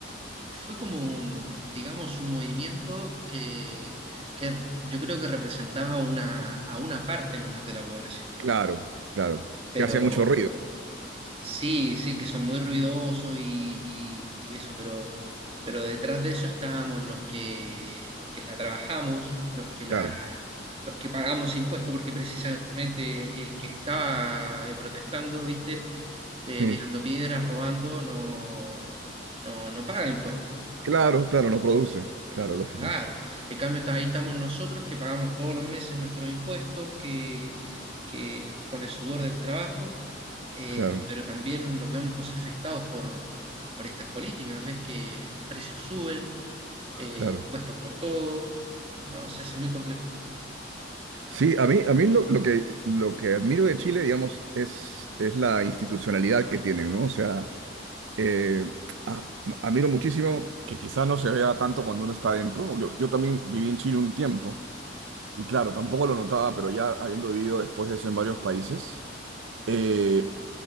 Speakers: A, on the right; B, on the right.
A: Fue como un, digamos, un movimiento que, que re- yo creo que representaba una, a una parte nomás de la población.
B: Claro, claro.
A: Pero
B: Que hace mucho ruido,
A: sí, sí, que son muy ruidosos y, y- y eso, pero, pero detrás de eso estábamos los que, los que la trabajamos, los que la,
B: claro.
A: los que pagamos impuestos, porque precisamente el que estaba eh, protestando, ¿viste? Eh,
B: Sí,
A: tirando piedras, robando, no, no, no paga impuestos.
B: claro, claro, no produce. Claro, lógico.
A: Claro, en cambio está- ahí estamos nosotros que pagamos todos los meses nuestros impuestos, que, que- que con el sudor del trabajo, eh,
B: Claro,
A: pero también los vemos afectados por, por estas políticas. Ves que los precios suben, eh,
B: claro.
A: impuestos por todo, no, se hace muy complejo.
B: Sí, a mí, a mí lo, lo que, lo que admiro de Chile, digamos, es, es la institucionalidad que tienen, ¿no? O sea... eh, a- admiro muchísimo que quizá no se vea tanto cuando uno está adentro. Yo, yo también viví en Chile un tiempo y claro, tampoco lo notaba, pero ya habiendo vivido después de eso en varios países, eh,